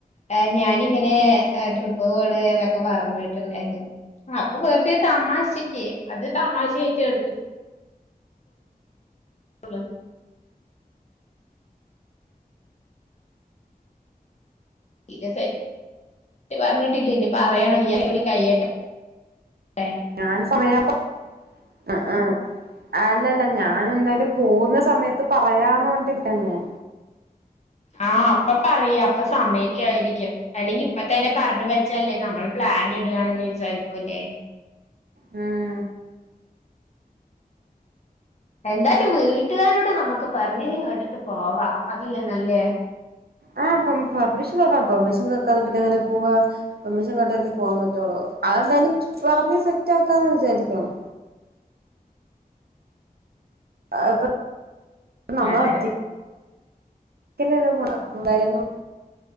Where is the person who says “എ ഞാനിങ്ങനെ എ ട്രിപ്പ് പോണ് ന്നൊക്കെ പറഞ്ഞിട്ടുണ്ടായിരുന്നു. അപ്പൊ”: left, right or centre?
Left